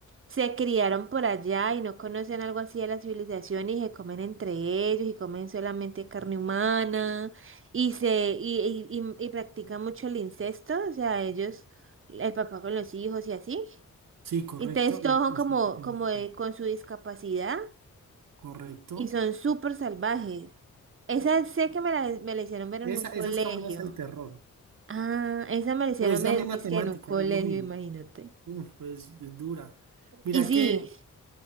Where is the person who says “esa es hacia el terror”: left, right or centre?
Right